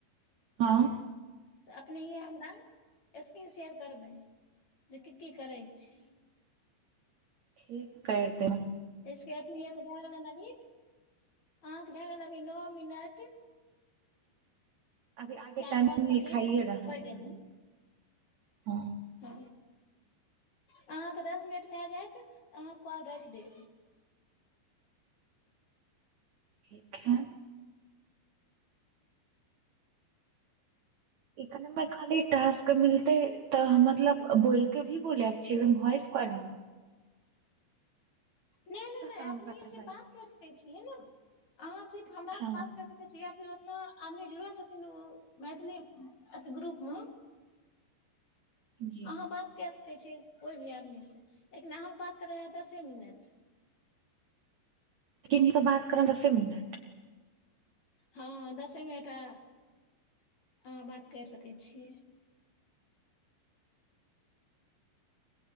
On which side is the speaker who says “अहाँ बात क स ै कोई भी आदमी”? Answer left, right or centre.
Left